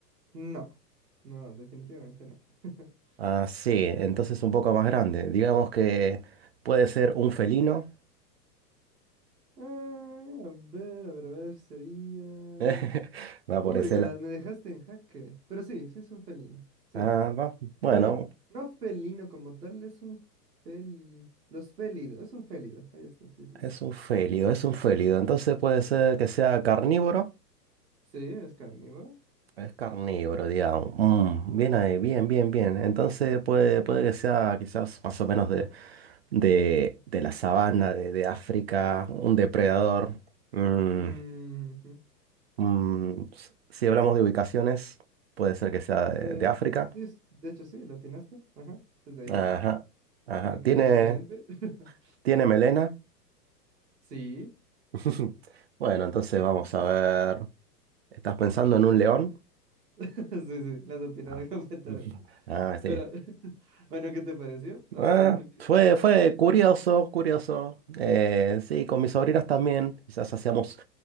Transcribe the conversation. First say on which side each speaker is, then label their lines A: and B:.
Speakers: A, on the right; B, on the right.
A: no, no, definitivamente no. <laughs>
B: Ah, sí, entonces un poco más grande. Digamos que puede ser un felino.
A: Eh, a ver, a ver, a ver, sería...
B: <laughs> Va
A: Uy,
B: por ese
A: me,
B: lado.
A: la- me dejaste en jaque. Pero sí, sí es un felino. Sí.
B: Ah, va. Bueno,
A: Bueno, no felino como tal, es un fel... Los félidos, es un félido, ahí está, sí, sí.
B: es un félido, es un félido. Entonces puede ser que sea carnívoro.
A: Sí, es carnívoro.
B: Es carnívoro, digamos. Mm, bien ahí, bien, bien, bien. Entonces puede, puede que sea quizás más o menos de, de, de la sabana, de, de África, un depredador. Mm,
A: Ujú.
B: mm, s- si hablamos de ubicaciones, puede ser que sea de,
A: Eh,
B: de África.
A: sí, es- de hecho sí, la atinaste, ajá, desde ahí.
B: Ajá, ajá.
A: Eh, Caliente,
B: ¿Tiene,
A: caliente. <laughs>
B: tiene melena?
A: Sí,
B: <laughs> Bueno, entonces vamos a ver. ¿Estás pensando en un león?
A: <laughs> sí, sí, la has atinado
B: Ah,
A: <laughs> completamente.
B: <laughs> Ah, sí.
A: Pero, <laughs> bueno, ¿qué te pareció? Ahora
B: Ah,
A: tú quieres...
B: fue, fue curioso, curioso. Eh, sí, con mis sobrinas también. Quizás hacíamos